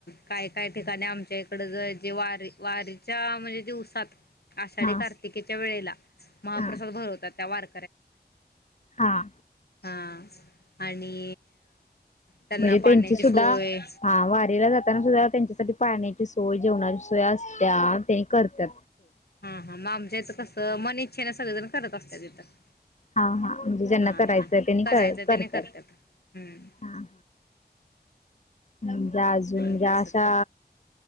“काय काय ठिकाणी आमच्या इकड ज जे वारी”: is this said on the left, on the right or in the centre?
Left